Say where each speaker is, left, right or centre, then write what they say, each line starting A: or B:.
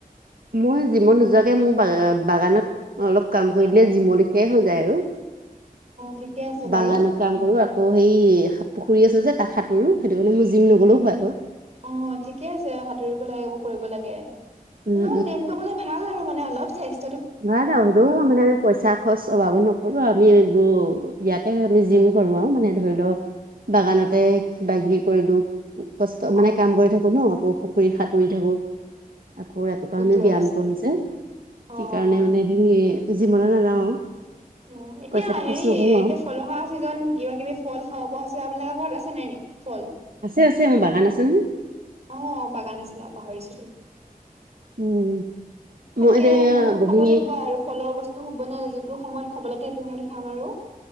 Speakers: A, on the right; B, on the right.
A: মই জিমত নোযোৱাকে মোৰ বা বাগানত। অলপ কাম কৰি
B: অ',
A: দলে জিম লিখিয়াই হৈ যায় আৰু
B: ঠিকে আছে বাৰু
A: বাগানত কাম কৰো। অ সেই পুখুৰী আছে যে তাত সাঁতোৰো সেইটো কাৰণে মোৰ জিম নগলেও হয় আৰু।
B: অ ঠিকে আছে সাঁতুৰিব লাগে। কৰিব লাগে এনেও
A: উম,
B: জিমটো গলে ভাল আৰু মানে অলপ স্বাস্থ্য।
A: ন না সুধো মানে পইচা খৰচ অবাবত নকৰিব আমি এইবোৰ। ইয়াতে আমি জিম কৰো আৰু মানে ধৰি লও বাগানতে। বাগ কৰিলো কষ্ট
B: অ',
A: মানে কাম কৰি থাকো ন আকৌ পুখুৰী সাঁতুৰি থাকো। আকৌ ৰাতিপুৱা
B: ঠিকে
A: আমি ব্যায়াম
B: আছে
A: কৰো যে
B: অ',
A: সেইকাৰণে মানে সে জিমলৈ নাযাওঁ আৰু।
B: অ এতিয়া
A: পইচাটো
B: হেৰি
A: খৰচ নকৰো
B: এতিয়া
A: আৰু
B: ফল অহা চিজন কিবা কিবি ফল খাব পৰা। আপোনালোকৰ ঘৰত আছে নাই ন ফল?
A: আছে আছে মোৰ বাগান আছে নহয়।
B: আহ বাগান আছিলে পাহৰিছিলোয়ে।
A: উম।
B: তাকে
A: মই এতিয়া
B: ময়ো
A: বহি
B: খাব লাগিব আৰু ফলৰ বস্তু হুবনে যিটো সময়ত। খাব লাগে সেইটো সময়তে খাম আৰু।